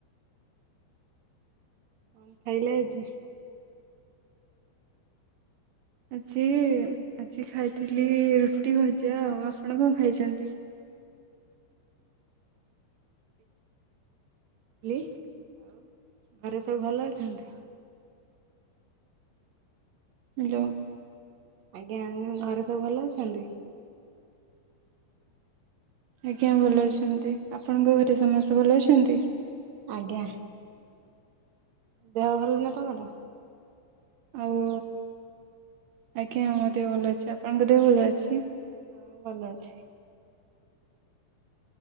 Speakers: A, on the right; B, on the right.
A: ହ ଖାଇଲେ ଅଛି।
B: ଆଜି ଆଜି ଖାଇଥିଲି ରୁଟି ଭଜା ଆଉ ଆପଣ କଣ ଖାଇଛନ୍ତି।
A: ଆଉ ଘରେ ସବୁ ଭଲ ଅଛନ୍ତି?
B: ହାଲୋ
A: ଆଜ୍ଞା ଆମ ଘରେ ସବୁ ଭଲ ଅଛନ୍ତି।
B: ଆଜ୍ଞା ଭଲ ଅଛନ୍ତି ଆପଣଙ୍କ ଘରେ ସମସ୍ତେ ଭଲ ଅଛନ୍ତି।
A: ଆଜ୍ଞା ଦେହ ଭଲ ନା ତମର
B: ଆଉ ଆଜ୍ଞା ମତେ ଭଲ ଅଛି ଆପଣଙ୍କ ଭଲ ଅଛି।
A: ହଁ ଭଲ ଅଛି।